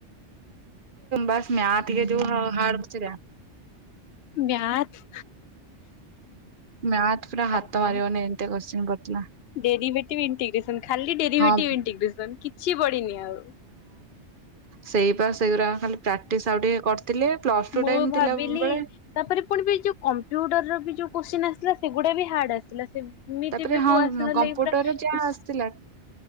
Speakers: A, on the right; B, on the left.
A: ବସ୍ ମ ଆତିିକ ଯଉ ହ ହାଡ଼ଚ <inaudible>
B: ମ୍ୟାଥ
A: ମ୍ୟାଥ ପୁରା ହାତ
B: ବା
A: ମାରିବନି
B: ବା
A: ଏମିତିଆ କୋଶ୍ଚିନ୍ ପଡିଥିଲା।
B: ଡେରି ଭେଟି ବି ଇଣ୍ଟିଗ୍ରେସନ ଖାଲି ଡେରି
A: ହଁ
B: ଭେଟି ଇଣ୍ଟିଗ୍ରେସନ୍ କିଛି ପଡିନି ଆଉ
A: ସେଇ ବା ସେଇଗୁା ଖାଲି ପ୍ରାକ୍ଟିସ ଆଉ ଟିକେ କରିଥିଲେ ପ୍ଲସ ଟୁ
B: ମୁଁ
A: ଟାଇ
B: ଭାବିଲି
A: ଥିଲା ବଳେ
B: ତାପରେ ପୁଣି ବି ଯୋଉ କମ୍ପ୍ୟୁଟର ବି ଯୋଉ କୋଶ୍ଚିନ ଆସିଲା ସେଗୁଡା ବି ହାର୍ଡ ଆସିଲା ସେ ଏମିତିବି
A: ତାପରେ ହଁ
B: କୁ ଆସନ
A: କମ୍ପ୍ୟୁଟର
B: ଲାଗି ପୁରରା
A: ଯାହା ଆସିଥିଲା